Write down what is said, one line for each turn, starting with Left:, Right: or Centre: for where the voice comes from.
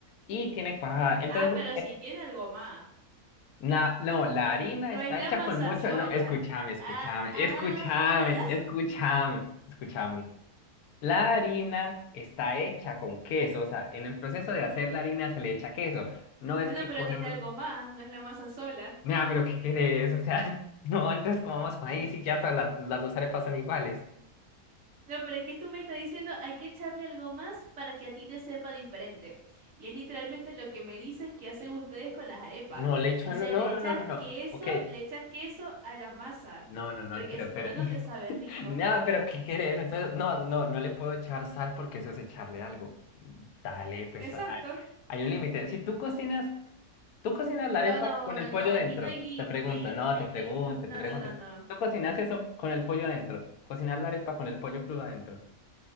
Left: y tiene cuajada. Entonces,
Right: Ah, pero sí tiene algo más.
Left: Na- no, la harina
Right: No
Left: está
Right: es la
Left: hecha
Right: masa
Left: con mucho.
Right: sola.
Left: No, escúchame, escúchame,
Right: Ah, ah,
Left: escúchame,
Right: ah.
Left: escúchame, escúchame. La harina está hecha con queso, o sea, en el proceso
Right: Mm,
Left: de hacer
Right: mm.
Left: la harina se le echa queso. No
Right: Bueno,
Left: es que
Right: pero
Left: cogemos.
Right: tiene algo más, no es la masa sola.
Left: Nah, pero ¿qué querés? O sea, <laughs> no, antes comamos maíz y ya todas las, las dos arepas son iguales.
Right: No, pero es que tú me estás diciendo, hay que echarle algo más para que a ti te sepa diferente. Y es literalmente lo que me dices que hacen ustedes con las arepas.
Left: No, le echo,
Right: O sea,
Left: no, no,
Right: le echas
Left: no, no, no. no.
Right: queso,
Left: Ok,
Right: le echas queso a la masa,
Left: no, no, no,
Right: porque
Left: pero,
Right: si
Left: pero.
Right: no, no te sabe rico.
Left: No, pero ¿qué quieres? Entonces, no, no, no le puedo echar sal porque eso es echarle algo. Dale, pues
Right: Exacto.
Left: hay, hay un límite. Si tú cocinas, tú cocinas la arepa
Right: No, no,
Left: con
Right: no,
Left: el pollo
Right: no, aquí
Left: dentro.
Right: no hay límite.
Left: Te pregunto, no,
Right: Aquí,
Left: te pregunto,
Right: no,
Left: te pregunto.
Right: no, no, no.
Left: ¿Tú cocinas eso con el pollo adentro? ¿Cocinar la arepa con el pollo crudo adentro?